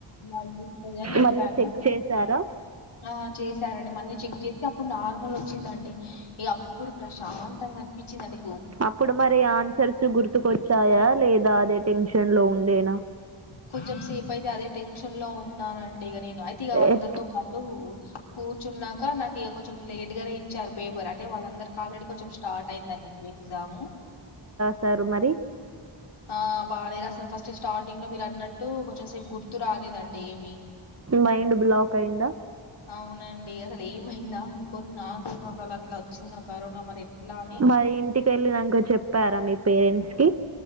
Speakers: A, on the left (about 80°); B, on the right (about 30°).
A: అయింటది అని చెప్పాను
B: మళ్ళీ చెక్ చేసారా
A: ఆ చేశానండి మళ్ళీ చెక్ చే అప్పుడు నార్మల్ వచ్చిందండి ఇక అప్పుడు ప్రశాంతంగా కనిపించిందండి
B: అప్పుడు మరి ఆన్సర్స్ గుర్తుకొచ్చాయా లేదా అదే టెన్షన్ లో ఉండేనా
A: కొంచెం సేపు అయితే అదే టెన్షన్ లో ఉన్నానండి ఇక నేను అయితే ఇక అందరితో
B: ఎట్
A: పాటు కూర్చున్నాక నాకు ఇక కొంచెం లేట్ గానే ఇచ్చారు పేపర్ అంటే వాళ్ళందరికి ఆల్రెడీ కొంచెం స్టార్ట్ అయింది అన్నట్టు ఎగ్జామ్
B: సారు మరి
A: ఆ బాగానే రాసా ఫస్ట్ స్టార్టింగ్ లో మీరు అన్నట్టు కొంచెం సేపు గుర్తు రాలేదండి ఏమి
B: మైండ్ బ్లాక్ అయిందా
A: అవునండి అసలు ఏమైందా అనుకొని నాకు అసలు అట్లా వచ్చిందా కరోనా మరి ఎట్లా అని
B: మరి ఇంటికీ వెళ్ళినాక చెప్పారా మీ పేరెంట్స్ కి